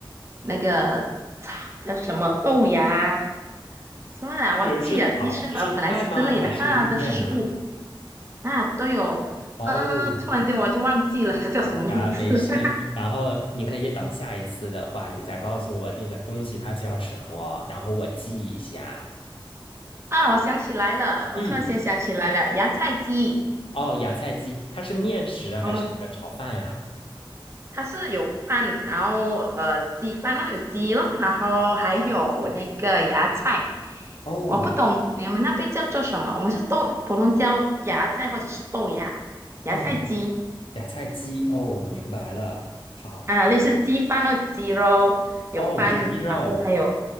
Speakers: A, on the right (about 30°); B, on the left (about 85°).
A: 那个茶叫什么豆芽，什么来忘记了，
B: 是是炒是菜吗？
A: 鸡翅河粉还是之类的哈，
B: 还是面啊？
A: 都是食物。啊，对哦，
B: 哦，
A: 呃，突然间我就忘记了它叫什么名字
B: 好的，没事。
A: <laughs>
B: 然后你可以等下一次的话，你再告诉我那个东西它叫什么，然后我记一下。
A: 啊！我想起来了，
B: 嗯，
A: 我突然间想起来了，芽菜鸡。
B: 哦，芽菜鸡，它是面食还是炒饭啊？
A: 嗯，它是有饭，然后呃，鸡饭咯，有鸡咯，然后还有那个芽菜。
B: 哦
A: 我不懂你们那边叫做什么，我们是豆，普通叫芽菜或者是豆芽，
B: 哦。
A: 芽菜鸡
B: 芽菜鸡哦，明白了。好，
A: 啊，类似鸡饭咯，鸡肉有饭，
B: 哦，是鸡肉
A: 然后还有